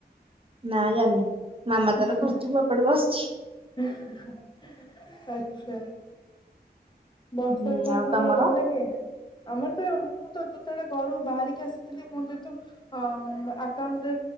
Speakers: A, on the right; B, on the left.
A: ନା ଜାଣିନି।
B: <unintelligible>
A: ମାମା ତାର କରୁଛି ମୁଁ ଏପଟେ ବସିଛି
B: ଆଚ୍ଛା। ବର୍ଷାରେ
A: ହୁଁ
B: କଣ
A: ଆଉ
B: କରିବାକୁ
A: ତମର?
B: ଭଲ ଲାଗେ? ଆମର ତ ମୁଁ ତ ଯେତେବେଳେ ଘରୁ ବାହାରିକି ଆସିଥିଲି ମୁଁ ଯେହେତୁ ଅ ଆକାଉଣ୍ଟରେ